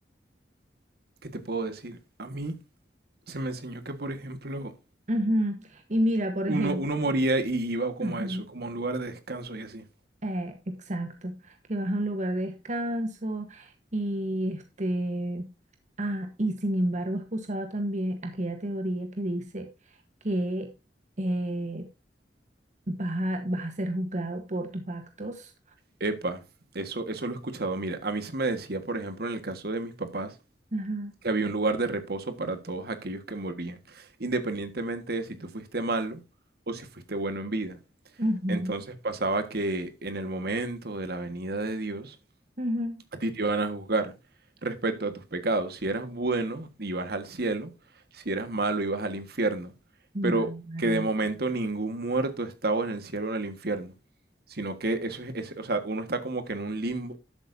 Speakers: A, on the right; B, on the right.
A: ¿Qué te puedo decir? A mí se me enseñó que, por ejemplo,
B: Ujú. Y mira, por
A: uno,
B: ejemplo,
A: uno moría y iba como
B: ajá,
A: a eso, como a un lugar de descanso y así.
B: eh, exacto, que vas a un lugar de descanso y este, ah, y sin embargo he escuchado también aquella teoría que dice que eh, vas a, vas a ser juzgado por tus actos.
A: Epa, eso, eso lo he escuchado. Mira, a mí se me decía, por ejemplo, en el caso de mis papás,
B: Ajá,
A: que había un lugar de reposo para todos aquellos que morían, independientemente de si tú fuiste malo o si fuiste bueno en vida.
B: ujú,
A: Entonces pasaba que en el momento de la venida de Dios,
B: ujú.
A: a ti te van a juzgar respecto a tus pecados. Si eras bueno, ibas al cielo. Si eras malo, ibas al infierno. Pero
B: Nara.
A: que de momento ningún muerto estaba en el cielo o en el infierno. Sino que eso es, es- o sea, uno está como que en un limbo